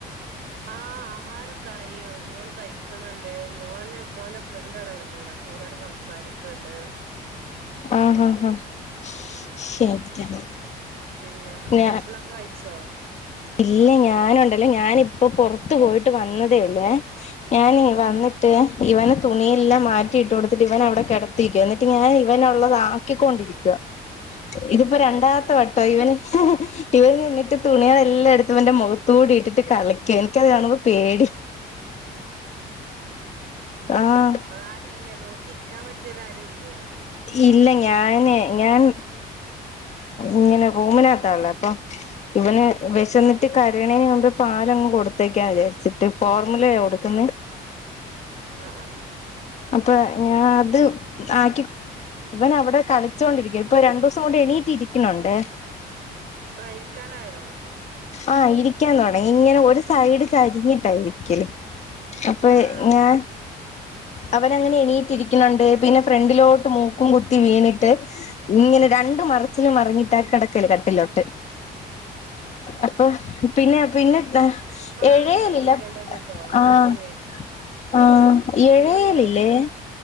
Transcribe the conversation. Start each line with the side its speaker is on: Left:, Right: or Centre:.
Right: ആഹ് ആഹാരൊക്കെ ആയി മോള് കഴിക്ക്ണ് ണ്ട് മോന് മോന്റെ ഫ്രണ്ടടെ വന്ന്ണ് പ്പോല അവിടെ സംസാരിക്ണ്ട്
Left: ആഹ് ആഹ് ആഹ്
Right: ഉം
Left: ശരി
Right: പിന്നെ
Left: ഞാ
Right: ഭക്ഷണൊക്കെ കഴിച്ചോ?
Left: ഇല്ല ഞാനുണ്ടല്ലോ ഞാനിപ്പ പൊറത്ത് പോയിട്ട് വന്നതേ ഒള്ളെ ഞാന് വന്നിട്ട്
Right: ഉം
Left: ഇവനെ തുണിയല്ലാം മാറ്റിട്ട് കോടുത്തിട്ട് ഇവനവിടെ കിടത്തീക്കുവ എന്നിട്ട് ഞാൻ ഇവനുള്ളത് ആക്കിക്കൊണ്ടിരിക്കുവാ ഇത്പ്പോ രണ്ടാമത്തെ
Right: ഏഹ്
Left: വട്ടാ ഇവന് ഇവന് ഇന്നിട്ട് തുണികളെല്ലാം എട്ത്ത് ഇവന്റെ മുഖത്തൂടിട്ടിട്ട് കളിക്ക ഇൻക്ക് അത് കാണുമ്പോ പേടി ആഹ്
Right: ആരുല്ലേ നോക്കി ഇരിക്കാൻ പറ്റിയോലാരുല്ലേ?
Left: ഇല്ല ഞാന് ഞാൻ ഇങ്ങനെ റൂമിനകത്താള്ളേ അപ്പം ഇവന് വെശന്നിട്ട് കരീണേന് മുമ്പേ പാലങ്ങ് കൊടുത്തേക്കാന്ന് വിചാരിച്ചിട്ട് ഫോർമുലയാ കൊടുക്കുന്നേ
Right: ആഹ് ആഹ്
Left: അപ്പൊ ഞാ അത് ആക്കി ഇവനവിടെ കളിച്ചൊണ്ടിരിക്ക്യാ ഇപ്പൊ രണ്ടൂസം കൊണ്ട് എണീറ്റിരിക്ക്ണൊണ്ട്
Right: ആഹ് ഇരിക്കാനായോ?
Left: ആഹ് ഇരിക്കാൻ തൊടങ്ങി ഇങ്ങനെ ഒരു സൈഡ് ചരിഞ്ഞിട്ടാ ഇരിക്കല് അപ്പ
Right: ആഹ്
Left: ഞാൻ അവങ്ങനെ
Right: ആഹ്
Left: എണീറ്റിരിക്ക്ണുണ്ട് പിന്നെ ഫ്രണ്ടിലോട്ട് മു ക്കും കുത്തി വീണിട്ട് ഇങ്ങനെ രണ്ട് മറിച്ചില് മറിഞ്ഞിട്ടാ കെടക്കല് കട്ടിലോട്ട് അപ്പ പിന്നെ പിന്നെ
Right: ഇപ്പളാണ്
Left: എഴയലില്ല
Right: ശ്രദ്ധിക്കേണ്ടത് ട്ടോ
Left: ആഹ്
Right: കുട്ടിയെ
Left: ആഹ് ഈ
Right: വീണ്
Left: എഴയലില്ലേ
Right: പോവലൊക്കെ ഇപ്പളാ